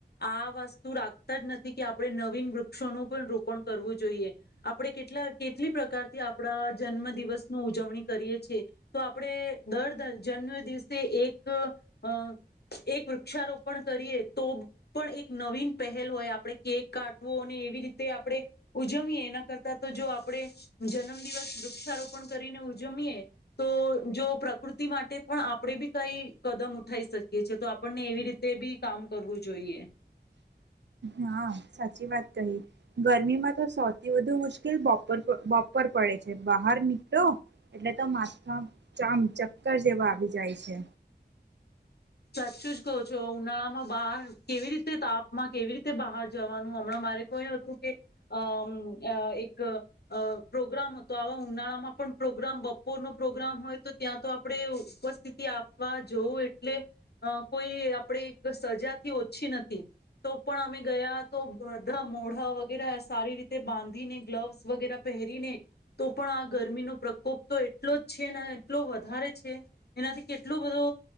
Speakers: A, on the left; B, on the right.
A: આ વસ્તુ રાખતા જ નથી કે આપણે નવીન વૃક્ષોનું પણ રોપણ કરવું જોઈએ આપણે કેટલા કેટલી પ્રકારથી આપણા જન્મ દિવસ ન ઉજવણી કરીએ છીએ તો આપણે દર જન્મ દિવસ એક અ એક વૃક્ષારોપણ કરીએ તો પણ એક નવીન પહેલ હોય આપણે કેક કાટવો અને એવી રીતે આપણે ઉજવીએ એના કરતા તો જો આપણે જન્મદિવસ વૃક્ષારોપણ કરીને ઉજમીએ તો જો પ્રકૃતિ માટે પણ આપણે બી કઈ કદમ ઉઠા ઈ શકીએ છીએ તો આપણને એવી રીતે બી કામ કરવું જોઈએ.
B: હા સાચી વાત કહી ગરમીમાં તો સૌથી વધુ મુશ્કેલ બપોર બપોર પડે છે બહાર નીકળો એટલે તો માથા ચામ ચક્કર જેવા આવી જાય છે.
A: સાચું જ કહો છો ઉનાળામાં બહાર કેવી રીતે તાપમાં કેવી રીતે બહાર જવાનું હમણાં મારે ક એ હતું કે અ એક પ્રોગ્રામ હતો આવા ઉનાળામાં પણ પ્રોગ્રામ બપોરનો પ્રોગ્રામ હોય તો ત્યાં તો આપડે ઉપસ્થિતિ આપવા જવું એટલે અ કોઈ આપણે એક સજાથી ઓછી નથી તો પણ અમે ગયા તો બધા મોઢા વગેરે સારી રીતે બાંધીને ગ્લવ્સ વગેરે પહેરીને તો પણ આ ગરમીનો પ્રકોપ તો એટલો જ છે ને એટલો વધારે છે એનાથી કેટલો બધો